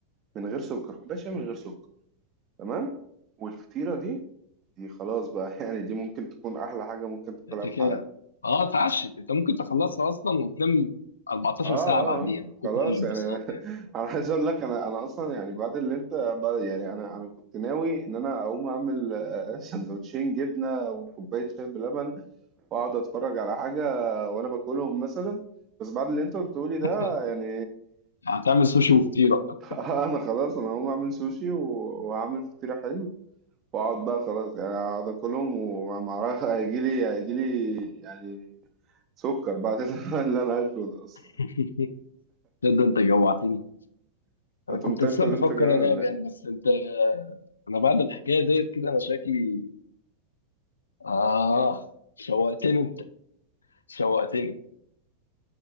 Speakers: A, on the right (about 30°); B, on the left (about 75°).
A: من غير سكر كوباية شاي من غير سكر تمام والفطيرة دي دي خلاص بقى <laughs> يعني دي ممكن تكون أحلى حاجة ممكن تاكلها
B: انت
A: في
B: كده
A: حياتك
B: اه اتعشت انت ممكن تخلصها اصلا وتنام 14
A: آه
B: ساعة
A: آه
B: بعديها
A: آه.
B: من كتر
A: خلاص
B: الانبساط
A: يعني <laughs>
B: يعني
A: أنا عايز أقول لك أنا أنا أصلا يعني بعد اللي أنت بعد يعني أنا أنا كنت ناوي إن أنا أقوم أعمل <laughs> آه، آه، سندوتشين جبنة وكوباية شاي بلبن وأقعد أتفرج على حاجة وأنا باكلهم مثلا بس بعد اللي أنت قلته لي ده
B: <laughs>
A: يعني
B: هتعمل سوشي وفطيرة
A: <laughs> انا خلاص انا هقوم اعمل سوشي و- واعمل فطيرة حلو واقعد بقى خلاص يعني اقعد اكلهم ومعرفش هيجي لي هيجي لي يعني سكر بعد <laughs> اللي انا اكله ده اصلا
B: <laughs> ده ده انت جوعتني انا
A: هتقوم
B: كنت
A: تاكل
B: اساسا بفكر
A: انت كمان
B: انام
A: ولا ايه؟
B: يعني بس انت آه، انا بعد الحكايه ديت كده انا شكلي آه شوقتني أنت شوقتني